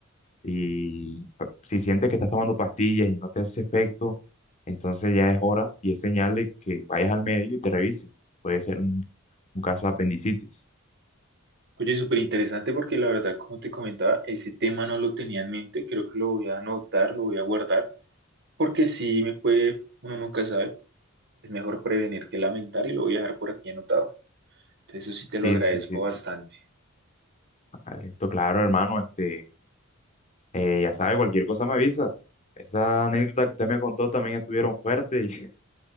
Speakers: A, on the left; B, on the right.
A: Y ah, si sientes que estás tomando pastillas y no te hace efecto, entonces ya es hora y es señal de que vayas al médico y te revisen. Puede ser un, un caso de apendicitis.
B: Oye, súper interesante porque la verdad, como te comentaba, ese tema no lo tenía en mente, creo que lo voy a anotar, lo voy a guardar, porque si me puede, uno nunca sabe, es mejor prevenir que lamentar y lo voy a dejar por aquí anotado. Entonces, eso sí te
A: Sí,
B: lo agradezco
A: sí, sí, sí.
B: bastante.
A: Vale, esto claro, hermano, este. Eh, ya sabe, cualquier cosa me avisa. Esa anécdota que usted me contó también estuvieron fuertes y <laughs>